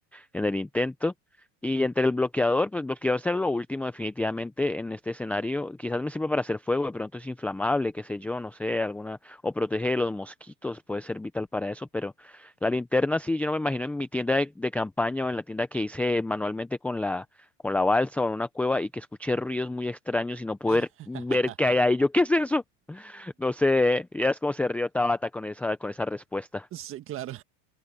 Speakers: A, in the centre; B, on the right.
A: en el intento. Y entre el bloqueador, pues bloqueador será lo último definitivamente en este escenario. Quizás me sirva para hacer fuego, de pronto es inflamable, qué sé yo, no sé, alguna, o protege de los mosquitos, puede ser vital para eso, pero la linterna sí, yo no me imagino en mi tienda de, de campaña o en la tienda que hice manualmente con la, con la balsa o en una cueva y que escuché ruidos muy extraños y no poder
B: <laughs>
A: ver qué hay ahí. Yo, ¿qué es eso? <laughs> No sé, ya es como se rió Tabata con esa, con esa respuesta.
B: Sí, claro.